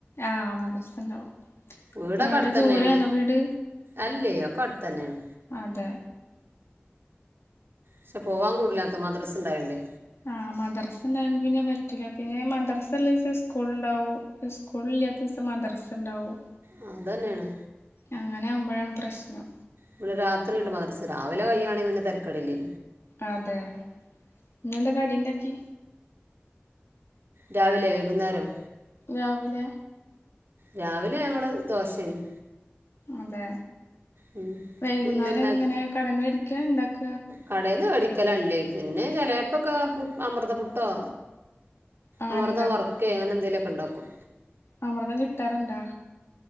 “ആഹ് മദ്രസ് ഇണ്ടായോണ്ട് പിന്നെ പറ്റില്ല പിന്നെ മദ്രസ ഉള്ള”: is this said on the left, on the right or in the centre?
Left